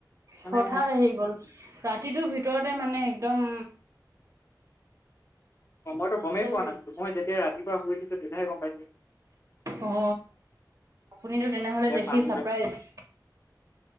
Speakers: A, on the left (about 40°); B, on the right (about 45°).
A: মানে
B: হঠাৎ আহি গ'ল ৰাতিটোৰ ভিতৰতে মানে একদম
A: মইটো
B: আচৰিত
A: গমেই পোৱা নাছিলোঁ মই যেতিয়া ৰাতিপুৱা শুই উঠিছো তেতিয়াহে গম পাইছো।
B: অ আপুনিতো তেনেহলে
A: যে
B: দেখি
A: পানী
B: চাৰপ্ৰাইজ
A: বাঢ়ি